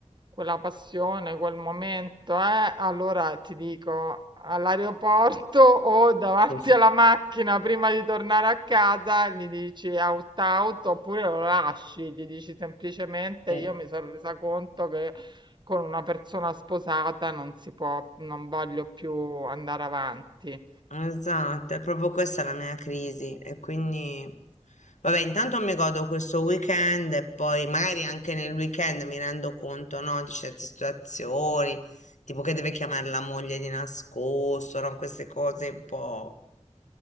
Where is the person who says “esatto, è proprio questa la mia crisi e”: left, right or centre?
Left